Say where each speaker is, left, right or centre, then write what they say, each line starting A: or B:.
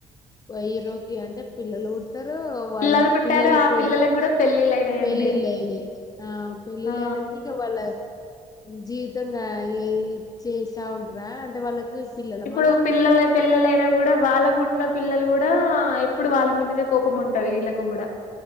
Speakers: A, on the left; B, on the left.
A: హీరో అంటే పిల్లలు పుడతరు వాళ్ళ
B: పిల్లలు పుట్టారు
A: పిల్లల
B: ఆ
A: పెల్లి
B: పిల్లలకి కూడా పెళ్ళిళ్ళ అయినాయండి
A: పెళ్ళిల్లు అయినయ్ ఆ పెళ్ళిల్లు
B: ఆ
A: అయినంక వాల జీవితంగా ఏ చేస్తా ఉంటర అంటే వాళ్ళకు పిల్లల
B: ఇప్పుడు
A: మళ్ళా
B: పిల్లల పెల్లలైనా కూడా వాళ్ళకు గు చిన్న పిల్లలు కూడా ఎప్పుడు వాళ్ళంటి మీదే కోపం ఉంటారు వీళ్ళకు కూడా